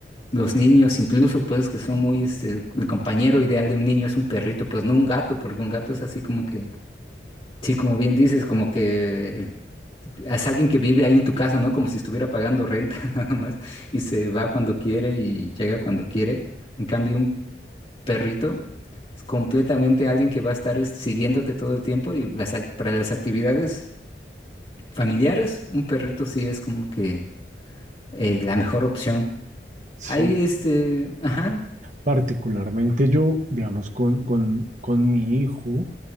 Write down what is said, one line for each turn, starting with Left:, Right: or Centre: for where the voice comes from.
Left: los niños, incluso pues que son muy, este, el compañero ideal de un niño es un perrito, pues no un gato, porque un gato es así como que... Sí, como bien dices, como que es alguien que vive ahí en tu casa, ¿no? Como si estuviera pagando renta <laughs> nada más y se va cuando quiere y llega cuando quiere. En cambio, un perrito es completamente alguien que va a estar es, siguiéndote todo el tiempo y las, ac- para las actividades familiares, un perrito sí es como que eh, la mejor opción.
Right: Si
Left: Ahí este, ajá,
Right: Particularmente yo, digamos, con, con, con mi hijo,